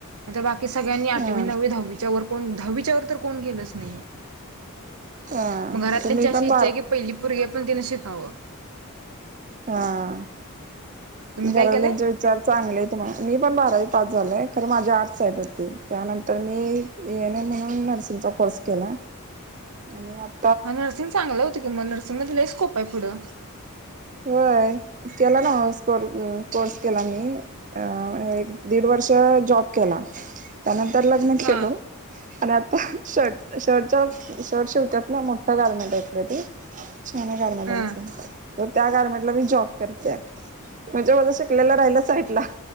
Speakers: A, on the right; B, on the right.
A: नंतर बाकी सगळ्यांनी आठवी,
B: हा
A: नववी, दहावीच्या वर कोण दहावीच्यावर तर कोण गेलच नाहीये
B: हा
A: मग घरातल्यांची
B: तर मी
A: अशी
B: पण
A: इच्छा आहे की पहिली पोरगी आहे पण तिने शिकावं.
B: हां.
A: तुम्ही
B: घरातल्यांचे
A: काय केलंय
B: विचार चांगले आहेत म्हणा मी पण बारावी पास झालोय खरं माझ्या आर्टस् साईड होती त्यानंतर मी एएनएम म्हणून नर्सिंगचा कोर्स केला. आणि आप
A: हां नर्सिंग चांगलं होतं की मग नर्सिंग मधी लई स्कोप आहे पुढं.
B: होय केला ना कोर्स केला मी. अ एक दीड वर्ष जॉब केला त्यानंतर लग्न
A: हा
B: केलो. आणि आता शर्ट शर्टचा शर्ट शिवत्यात ना मोठा गारमेंट आहे इकडं ते. छान आहे गारमेंट
A: हा
B: आचं तर त्या गारमेंटला मी जॉब करतेय म्हणजे माझा शिकलेला राहिला साईडला